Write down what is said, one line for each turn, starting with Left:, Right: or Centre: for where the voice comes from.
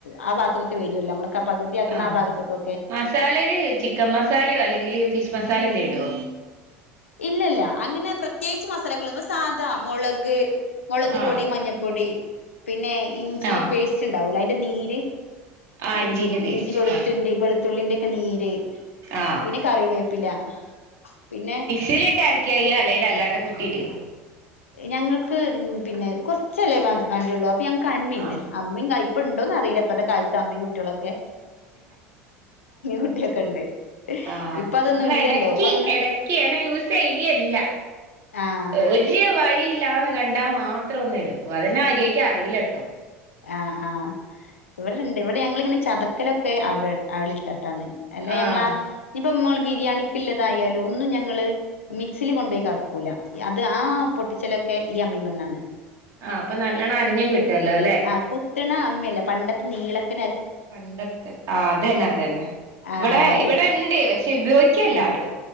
Left: ആ ഭാഗത്ത്ക്കൊക്കെ വരോല്ലോ നമ്മള് പകുതിയാക്കണ
Right: ആഹ്
Left: ആ ഭാഗത്ത്ക്കൊക്കെ
Right: മസാലയില് ചിക്കൻ മസാലയോ അല്ലെങ്കില് ഫിഷ് മസ സാല എന്തേടോ
Left: ഇല്ലല്ല അങ്ങനെ പ്രത്യേയിച്ച് മസാ മസാലകളൊന്നു സാധാ മൊളക് മൊളക്
Right: ആഹ്
Left: പൊടി മഞ്ഞപ്പൊടി പിന്നെ ഇഞ്ചിന്റെ
Right: ആഹ്
Left: പേസ്റ്റ് ഇണ്ടാവൂലെ അയ് ൻ്റെ നീര്
Right: ആഹ്
Left: ഇ
Right: ഇഞ്ചിന്റെ പേസ്റ്റ്
Left: ഞ്ചി വെളുത്തുന്റി
Right: ആഹ്
Left: വെളുത്തുള്ളിന്റെ ക്കെ നീര്
Right: ആഹ്
Left: പിന്നെ കറിവേപ്പില പിന്നെ
Right: മിക്സീലിട്ട് അരക്കെയ്യാ അല്ലേല് അല്ലാണ്ട് കു ത്തിടേ
Left: ഞങ്ങൾക്ക് പിന്നെ കുറച്ചല്ലേ വ വാണ്ടിയുള്ളൂ ഇപ്പ ഞങ്ങക്ക് അമ്മിയ്ണ്ട്
Right: ആഹ്
Left: അമ്മിം ക ഇപ്പ ഉണ്ടോന്ന് അറീല ഇപ്പത്തെ കാലത്ത് അമ്മിയും കുട്ടയോളക്കെ കുട്ടിയൊക്കെ ഉണ്ട്
Right: ആ
Left: ഇപ്പൊ അതൊന്നും
Right: ഞങ്ങള്
Left: ഇല്ലല്ലോ
Right: എടക്ക്
Left: ഇപ്പൊ അങ്ങനെ
Right: എടക്ക് അങ്ങനെ യൂസ് ചെയ്യലില്ല
Left: ആഹ്
Right: ഒരു വഴി യില്ലാന്ന് കണ്ടാ മാത്രം ഒന്ന് എടുക്കും അതന്നെ മര്യായക്ക് അറിയില്ല ട്ടോ
Left: ആഹ് ആഹ് ഇവിടെണ്ട് ഇവിടെ ഞങ്ങളിങ്ങനെ ചതക്കലൊക്കെ അവിടെ അയ്ല് ഇട്ട ട്ടാണ് അല്ലേ
Right: ആഹ്
Left: ഞങ്ങള് ആ <unintelligible> ഇപ്പം മ്മള് ബിരിയാണിക്കിള്ളതായാലും ഒന്നും ഞങ്ങള് മിക്സിൽ കൊണ്ടു പോയി കറക്കൂല, അത് ആ പൊട്ടിച്ചലൊക്കെ ഈ അമ്മിമെന്നാണ്.
Right: ആഹ് അപ്പൊ നല്ലോണം അരഞ്ഞും കിട്ടുവല്ലോ ല്ലെ
Left: ആഹ് കുത്തണ അമ്മിയല്ല പണ്ടത്തെ നീളക്കണ
Right: പണ്ടത്തെ ആ അതന്നെ അതന്നെ
Left: ആഹ്
Right: ഇവിടെ
Left: ആഹ് അത്
Right: ഇവിടെ ഇണ്ട് പക് പക്ഷെ ഉപയോഗിക്കലില്ലാരും
Left: ആഹ്